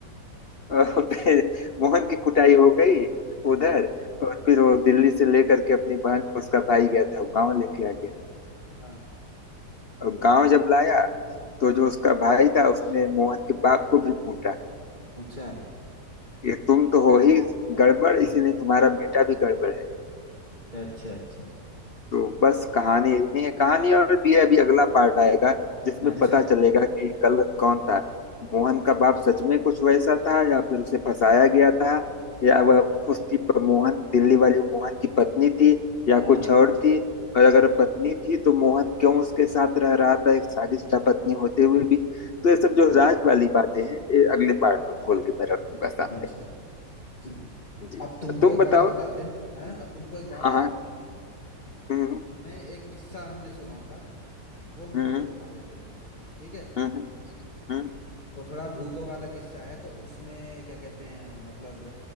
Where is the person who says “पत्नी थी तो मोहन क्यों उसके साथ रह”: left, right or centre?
Left